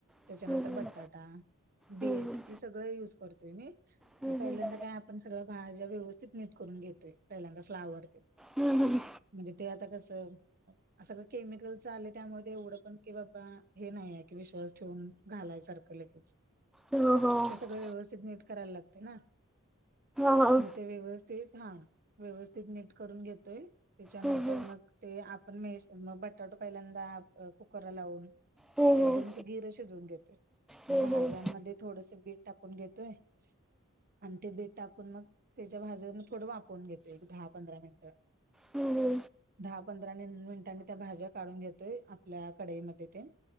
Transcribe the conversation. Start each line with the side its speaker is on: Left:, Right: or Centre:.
Right: त्याच्यानंतर
Centre: हम्म
Right: बटाटा बीट
Centre: हम्म हम्म
Right: हे सगळं युज करतोय मी
Centre: हम्म
Right: मग पहिल्यांदा काय आप ''--'' आपण सगळ भाज्या व्यवस्थित नीट करून घेतोय पहिल्यांदा फ्लावर ते.
Centre: हम हम.
Right: म्हणजे ते आता कसं. सगळं केमिकल आले त्यामुळे ते एवढं पण की बाबा हे नाही आहे की विश्वास ठेवून. घालायसारखं लगेच.
Centre: हा हा
Right: ते सगळ व्यवस्थित मी करायला लागते ना
Centre: हा हा
Right: मग ते व्यवस्थित. तेच हां व्यवस्थित नीट करून घेतोय त्याच्यानंतर
Centre: हम्म हम्म
Right: मग. ते आपण मेस मग बटाटो पहिल्यांदा अ कुकरला लावून.
Centre: हम्म
Right: एकदम असं गिर शिजवून घेतोय
Centre: हम्म
Right: मग भाज्यांमध्ये
Centre: हम्म हम्म
Right: थोडस बीट टाकून घेतोय. आणि ते बीट टाकून मग त्याच्या भाज्याून थोडं वापरून घेतो एक दहा पंधरा मिनिटं.
Centre: हम हम.
Right: दहा पंधरा मिनिटांनी त्या भाज्या काढून घेतोय आपल्या कढाईमध्ये तेन.